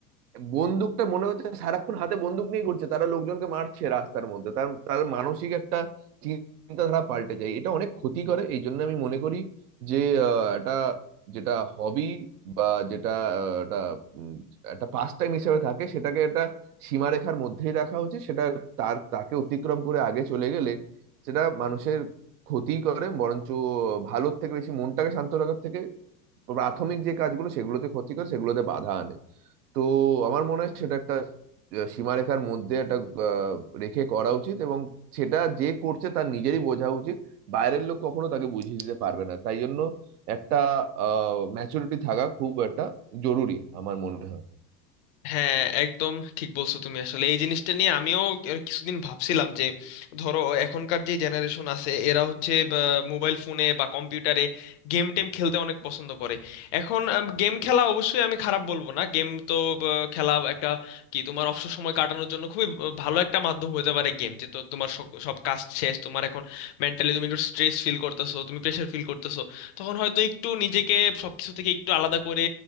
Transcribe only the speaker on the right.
বন্দুকটা মনে হচ্ছে সারাক্ষণ হাতে বন্দুক নিয়ে ঘুরছে তারা লোকজনকে মারছে রাস্তার মধ্যে তার তার মানসিক একটা চিন্তাধারা পাল্টে যায় এটা অনেক ক্ষতি করে এই জন্য আমি মনে করি যে আহ, এটা যেটা হবি বা যেটা আহ, এটা উম, একটা পাস্ট টাইম হিসেবে থাকে সেটাকে একটা সীমারেখার মধ্যেই রাখা উচিত সেটা তার তাকে অতিক্রম করে আগে চলে গেলে সেটা মানুষের ক্ষতি করে বরঞ্চ ভালোর থেকে বেশি মনটাকে শান্ত রাখার থেকে প্রাথমিক যে কাজগুলো সেগুলোতে ক্ষতি করে সেগুলোতে বাধা আনে তো আমার মনে হয় সেটা একটা আহ, সীমারেখার মধ্যে একটা আহ, রেখে করা উচিত এবং সেটা যে করছে তার নিজেরই বোঝা উচিত বাইরের লোক কখনো তাকে বুঝিয়ে দিতে পারবে না তাই জন্য একটা ম্যাচুরিটি থাকা খুব একটা জরুরি আমার মনে হয়